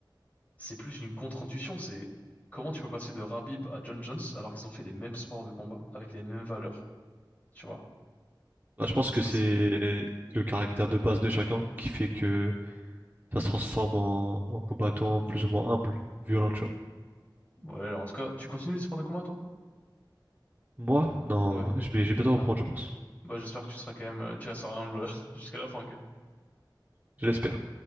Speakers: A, on the left; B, on the right.
A: c'est plus une contre-intuition. C'est comment tu peux passer de Rabib à John Jones alors qu'ils ont fait les mêmes sports de combat avec les mêmes valeurs, tu vois.
B: Bah, je pense
A: Ça,
B: que c'est
A: c'est,
B: le caractère de base de chacun qui fait que ça se transforme en, en combattant plus ou moins humble, violent, tu vois.
A: ouais, en tout cas, tu continues les sports de combat, toi?
B: Moi, non,
A: Ouais.
B: je vais, je vais bientôt
A: Ah,
B: reprendre, je pense.
A: bah, j'espère que tu seras quand même, euh, tu resteras humble <laughs> jusqu'à la fin, quand même.
B: Je l'espère.